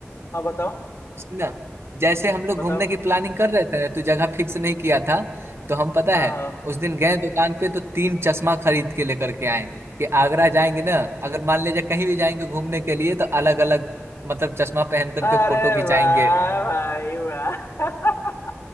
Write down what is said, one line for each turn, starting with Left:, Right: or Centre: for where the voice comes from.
Left: हाँ बताओ
Right: सुनना जैसे हम लोग
Left: बताओ
Right: घूमने की प्लानिंग कर रहे थे ना, तो जगह फिक्स नहीं किया था तो हम पता
Left: हाँ
Right: है
Left: हाँ
Right: उस दिन गए दुकान पे तो तीन चश्मा खरीद के लेकर के आए कि आगरा जाएंगे ना अगर मान लीजिए कहीं भी जाएंगे घूमने के लिए तो अलग अलग मतलब चश्मा पहन करके
Left: अरे
Right: फोटो खिंचाएंगे
Left: वाह भाई वाह <laughs>